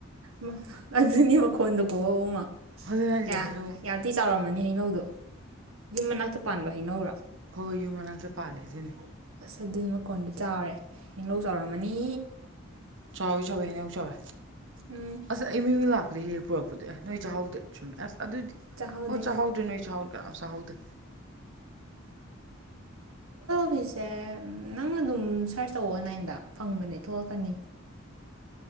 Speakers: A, on the right; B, on the right.
A: ꯃ ꯑꯗꯨꯅꯦ ꯃꯈꯣꯟꯗꯣ ꯈꯨꯍꯧ ꯑꯃ
B: ꯑꯗꯨꯅꯦ ꯍꯥꯏꯁꯦ
A: ꯌꯥ
B: ꯍꯩꯅꯧ
A: ꯌꯥꯝꯗꯤ ꯆꯥꯎꯔꯝꯃꯅꯤ ꯍꯩꯅꯧꯗꯣ ꯌꯨꯝ ꯃꯅꯥꯛꯇ ꯄꯥꯟꯕ ꯍꯩꯅꯧꯔꯥ
B: ꯍꯣꯍꯣꯏ ꯌꯨꯝ ꯃꯅꯥꯛꯇ ꯄꯥꯜꯂꯦ ꯑꯗꯨꯏꯅꯦ
A: ꯑꯁ ꯑꯗꯨꯏ ꯃꯈꯣꯟꯗꯣ ꯆꯥꯎꯔꯦ ꯍꯩꯅꯧ ꯆꯥꯎꯔꯝꯃꯅꯤ
B: ꯆꯥꯎꯋꯦ ꯆꯥꯎꯋꯦ ꯍꯩꯅꯧ ꯆꯥꯎꯋꯦ
A: ꯎꯝ
B: ꯑꯁ ꯌꯦꯝꯌꯨꯗ ꯂꯥꯛꯄꯗ ꯍꯦꯍꯦꯡ ꯄꯨꯔꯛꯄ ꯄꯗꯣ ꯅꯣꯏ ꯆꯥꯍꯧꯗꯦ ꯆꯨꯝꯃꯦ ꯑꯁ ꯑꯗꯨꯗꯤ
A: ꯆꯥꯍꯧꯗꯦ
B: ꯑꯣ ꯆꯥꯍꯧꯗ꯭ꯔꯦ ꯅꯣꯏ ꯆꯥꯍꯧꯗ꯭ꯔꯦ ꯀꯅꯥꯝ ꯆꯥꯍꯧꯗꯦ
A: ꯍꯣꯏꯁꯦ ꯅꯪꯅ ꯑꯗꯨꯝ ꯁꯔꯁ ꯇꯧ ꯑꯣꯟꯂꯥꯏꯟꯗ ꯐꯪꯕꯅꯦ ꯊꯣꯛꯂꯛꯀꯅꯤ